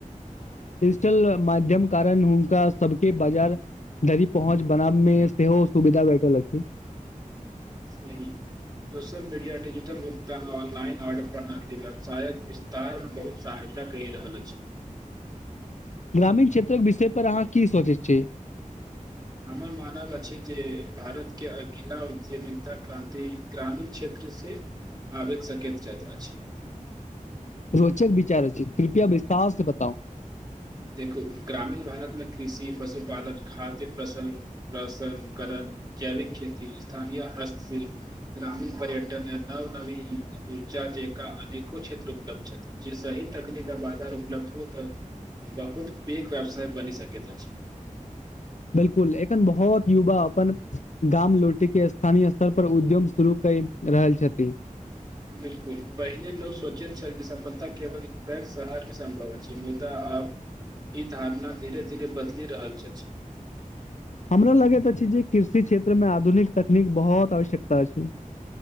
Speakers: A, on the left; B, on the right.
A: चल माध्यम कारण हुनका सबके बाजार दरी पहुँच बनाब मे सेहो सुविधा भेटल अछि
B: सही सोशल मीडिया डिजिटल भुगतान ऑनलाइन ऑर्डर प्रणाली व्यवसायक विस्तारमे बहुत सहाय ना कहि रहल अछि
A: ग्रामीण क्षेत्रक विषयपर अहाँ की सोचैत छी
B: हमर मानब अछि जे भारतके अगिला उद्यमिकता क्रांति ग्रामीण क्षे त्र से आबि सकैत अछि
A: रोचक विचार अछि कृपया विस्तार स बताउ
B: देखू ग्रामीण भारतमे कृषि पशुपालन खाद्य फसल प्रसन कहलन जैविक खेती स्थानीय हस शिल्प ग्रामीण पर्यटन य नव नवी ऊर्जा जेकां अनेको क्षेत्र उपलब्ध जे सही तकनीक बाजार उपलब्ध होत बहुत पैघ व्यवसाय बनी सकैत अछि
A: बिलकुल एखन बहुत युवा अपन गाम लोटी के स्थानीय स्तर पर उद्योग शुरू कहि रहल छथिन
B: बिल्कुल पहिने लोक सोचैत छल जे सफलता केवल पैघ शहारमे सम्भव अछि मुदा आब ई धारणा धीरे धीरे बदलि रहल च छि
A: हमरो लगैत अछि जे कृषि क्षेत्रमे आधुनिक तकनीक बहुत आवश्यकता अछि